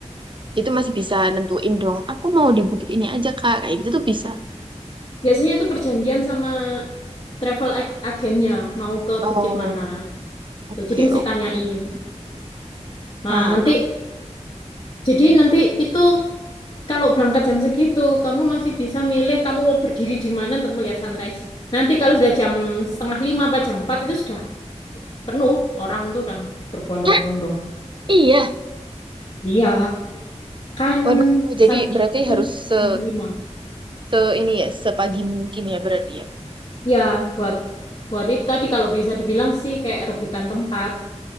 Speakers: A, on the right; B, on the left.
A: Itu masih bisa nentuin dong. Aku mau di bukit ini aja Kak, kayak gitu tuh bisa.
B: Biasanya itu perjanjian sama travel ag- agennya mau ke
A: Oh,
B: bukit mana. Gitu.
A: oke.
B: Jadi mesti
A: oke.
B: tanyain. Nah,
A: Wah,
B: nanti jadi nanti itu kalau berangkat jam segitu, kamu masih bisa milih kamu mau berdiri di mana untuk melihat sunrise. Nanti kalau sudah jam setengah lima apa jam empat itu sudah penuh orang tuh udah berbondong-bondong.
A: Hah, iya.
B: Iya, kan
A: Waduh, jadi
B: sunrise
A: berarti
B: itu
A: harus se,
B: jam lima.
A: se ini ya, sepagi mungkin ya berarti ya.
B: Ya, buat buat itu tadi kalau bisa dibilang sih kayak rebutan tempat